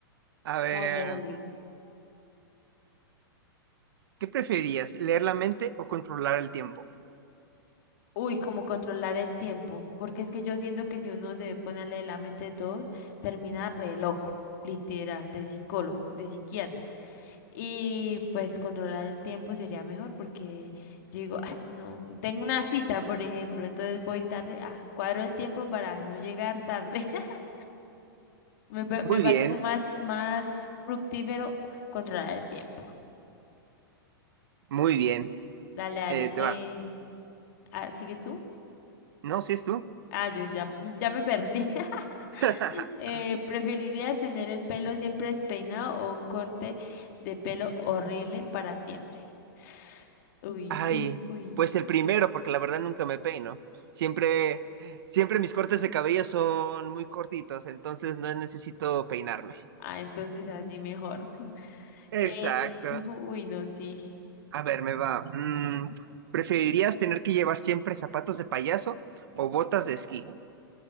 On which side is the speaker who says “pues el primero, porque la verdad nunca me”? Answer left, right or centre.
Right